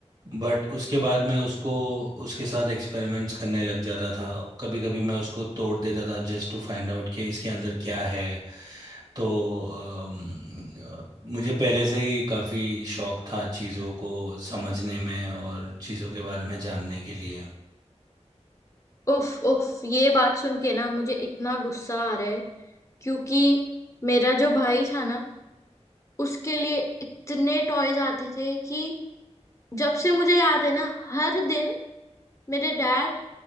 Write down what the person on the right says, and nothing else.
बट उसके बाद मैं उसको उसके साथ एक्सपेरिमेंट्स करने लग जाता था कभी कभी मैं उसको तोड़ देता था जस्ट टू फाइंड आउट कि इसके अंदर क्या है तो अम, अ, मुझे पहले से ही काफ़ी शौक था चीज़ों को समझने में और चीज़ों के बारे में जानने के लिए